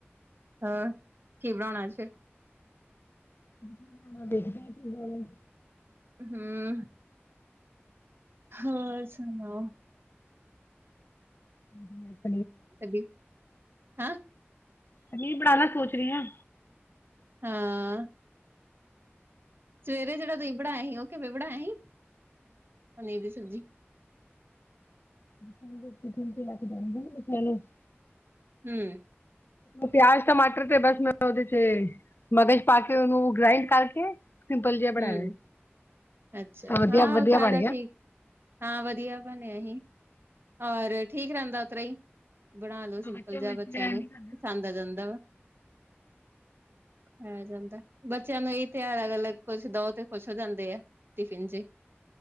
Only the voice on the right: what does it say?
ਹੋਰ, ਕੀ ਬਣਾਉਣਾ ਅੱਜ?
ਹੂੰ, ਹਾਂ ਸੁਣਾਓ
ਥੱਕ‌ ਗੀ, ਹੈ।
ਹਾਂ ਸਵੇਰੇ ਜਿਹੜਾ ਤੁਸੀਂ ਬਣਾਇਆ ਸੀ ਉਹ ਕਿਵੇਂ ਬਣਾਇਆ ਸੀ ਪਨੀਰ ਦੀ ਸਬਜ਼ੀ।
ਹਮ
ਹਮ,
ਅੱਛਾ,
ਹਾਂ
ਉਤਰਾ
ਦਾ
ਠੀਕ। ਹਾਂ, ਵਧੀਆ ਬਣਿਆ ਹੀ, ਹੋਰ ਠੀਕ ਰਹਿੰਦਾ ਉਤਰਾਈ। ਬਣਾ ਲੋ ਸਿੰਪਲ
ਜਿਹਾ
ਬੱਚਿਆਂ
ਨੂੰ
ਪਸੰਦ ਆ ਜਾਂਦਾ ਵਾ। ਖਾਇਆ ਜਾਂਦਾ ਬੱਚਿਆਂ ਨੂੰ ਇਹੀ ਤਿਉਹਾਰ ਅਗਰ ਕੁਝ ਦਿਉ ਤੇ ਖੁਸ਼ ਹੋ ਜਾਂਦੇ ਆ। ਟਿਫਨ ਚ।